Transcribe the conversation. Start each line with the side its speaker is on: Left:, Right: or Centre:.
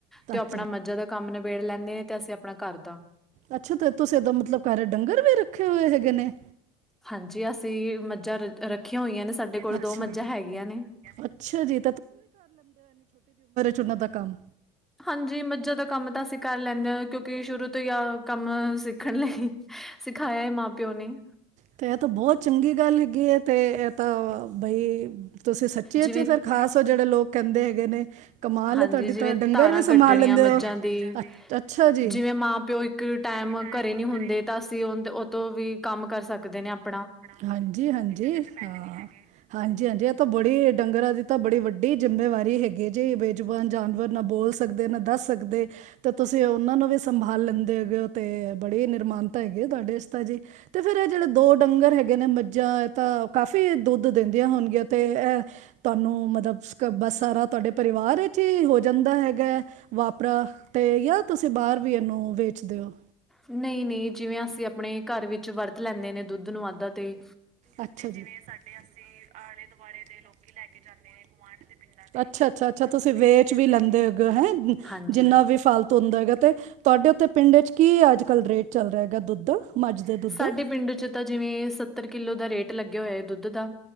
Centre: ਤੇ
Right: ਅੱਛਾ
Centre: ਉਹ ਆਪਣਾ ਮੱਜਾਂ ਦਾ ਕੰਮ ਨਿਬੇੜ ਲੈਂਣੇ ਨੇ, ਤੇ ਅਸੀਂ ਆਪਣਾ ਘਰ ਦਾ।
Right: ਅੱਛਾ ਤੇ ਤੁਸੀਂ ਤਾਂ ਮਤਲਬ ਘਰ ਡੰਗਰ ਵੀ ਰੱਖੇ ਹੋਏ ਹੈਗੇ ਨੇ
Centre: ਹਾਂਜੀ, ਅਸੀਂ ਮੱਝਾਂ ਰੱਖੀਆਂ ਹੋਈਆਂ ਨੇ, ਸਾਡੇ ਕੋਲ
Right: ਅੱਛਾ
Centre: ਦੋ ਮੱਝਾਂ ਹੈਗੀਆਂ ਨੇ।
Right: ਅੱਛਾ ਜੀ ਚੁਣਾ ਦਾ ਕੰਮ
Centre: ਹਾਂਜੀ, ਮੱਝਾ ਦਾ ਕੰਮ ਤਾਂ ਅਸੀਂ ਕਰ ਲੈਂਦੇ ਹਾਂ, ਕਿਉਂਕਿ ਸ਼ੁਰੂ ਤੋਂ ਹੀ ਆ ਕੰਮ ਸੀ। ਖਣ ਲਈ ਸਿਖਾਇਆ ਹੈ। ਮਾਂ ਪਿਓ ਨੇ,
Right: ਤੇ ਇਹ ਤਾਂ ਬਹੁਤ ਚੰਗੀ ਗੱਲ ਹੈਗੀ ਹੈ, ਤੇ ਇਹ ਤਾਂ ਬਈ। ਤੁਸੀਂ ਸੱਚੀ
Centre: ਜਿਵੇਂ
Right: ਅਚ ਫਿਰ ਖ਼ਾਸ ਹੋ, ਜਿਹੜੇ ਲੋਕ ਕਹਿੰਦੇ ਹੈ ਹੈਗੇ ਨੇ ਕਮਾਲ
Centre: ਹਾਂਜੀ,
Right: ਤੁਹਾਡੀ
Centre: ਜਿਵੇਂ
Right: ਤਾਂ ਡੰਗਰ
Centre: ਧਾਰਾਂ
Right: ਵੀ
Centre: ਕੱਢਣੀਆਂ
Right: ਸੰਭਾਲ ਲੈਂਦੇ
Centre: ਮੱਝਾਂ
Right: ਹੋ
Centre: ਦੀ,
Right: ਅੱ ਅੱਛਾ ਜੀ
Centre: ਜਿਵੇਂ ਮਾਂ ਪਿਓ ਇੱਕ ਟੈਮ
Right: ਵਾਹ।
Centre: ਘਰੇ ਨੀ ਹੁੰਦੇ, ਤਾਂ ਅਸੀਂ ਉਨ ਉਤੋਂ ਵੀ ਕੰਮ ਕਰ ਸਕਦੇ ਨੇ, ਆਪ
Right: ਹਾਂਜੀ, ਹਾਂਜੀ, ਹਾਂ, ਹਾਂਜੀ, ਹਾਂਜੀ ਇਹ ਤਾਂ ਬੜੀ ਡੰਗਰਾਂ ਦੀ ਤਾਂ ਬੜੀ ਵੱਡੀ ਜ਼ਿੰਮੇਵਾਰੀ ਹੈਗੀ ਜੇ, ਬੇਜੁਬਾਨ ਜਾਨਵਰ ਨਾ ਬੋਲ ਸਕਦੇ ਨਾ, ਦੱਸ ਸਕਦੇ ਤੇ, ਤੁਸੀਂ ਉਹਨਾਂ ਨੂੰ ਵੀ ਸੰਭਾਲ ਲੈਂਦੇ ਹੈਗੇ ਹੋ ਤੇ, ਬੜੀ ਨਿਰਮਾਨਤਾ ਹੈਗੀ ਹੈ। ਤੁਹਾਡੇ ਚ ਤਾਂ ਜੀ ਤੇ ਫੇਿਰ ਇਹ ਜਿਹੜੇ ਦੋ ਡੰਗਰ ਹੈਗੇ। ਹੈਗੇ ਨੇ, ਮੱਝਾਂ ਇਹ ਤਾਂ ਕਾਫ਼ੀ ਦੁੱਧ ਦਿੰਦੀਆਂ ਹੋਣਗੀਆਂ, ਤੇ ਇਹ ਤੁਹਾਨੂੰ ਮਤਲਬ ਬਸ ਸਾਰਾ ਤੁਹਾਡੇ ਪਰਿਵਾਰ ਵਿੱਚ ਹੀ ਹੋ ਜਾਂਦਾ ਹੈਗਾ ਹੈ। ਵਾਪਰਾ ਤੇ ਜਾਂ ਤੁਸੀਂ ਬਾਹਰ ਵੀ ਇਹਨੂੰ ਵੇਚਦੇ ਹੋ
Centre: ਨਹੀਂ, ਨਹੀਂ ਜਿਵੇਂ ਅਸੀਂ ਆਪਣੇ ਘਰ ਵਿੱਚ ਵਰਤ ਲੈਂਣੇ ਨੇ ਦੁੱਧ ਧੁਨਵਾਦਾ ਤੇ
Right: ਅੱਛਾ ਜਿਵੇਂ ਸਾਡੇ ਆਲੇ ਦੁਆਲੇ ਦੇ ਲੋਕੀ ਲੈ ਕੇ ਜਾਂਦੇ ਨੇ ਗੁਆਂਢ ਦੇ ਪਿੰਡਾਂ ਦੇ ਅੱਛਾ, ਅੱਛਾ, ਅੱਛਾ ਅੱਛਾ ਤੁਸੀਂ ਵੇਚ ਵੀ ਲੈਂਦੇ ਹੈਗੇ ਓ
Centre: ਹਾਂਜੀ
Right: ਜਿੰਨਾ ਵੀ ਫਾਲ ਹੁੰਦਾ ਹੈਗਾ ਤੇ, ਤੁਹਾਡੇ ਉੱਥੇ ਪਿੰਡ ਚ ਕੀ ਅੱਜ ਕੱਲ੍ਹ ਰੇਟ ਚੱਲ ਰਿਹਾ ਹੈਗਾ। ਦੁੱਧ ਦਾ ਮੱਝ ਦੇ ਦੁੱਧ
Centre: ਸਾਡੇ
Right: ਦਾ
Centre: ਪਿੰਡ ਚ ਤਾਂ, ਜਿਵੇਂ ਸੱਤਰ ਕਿੱਲੋ। ਦਾ ਰੇਟ ਲਗਿਆ ਹੋਇਆ ਏ ਦੁੱਧ ਦਾ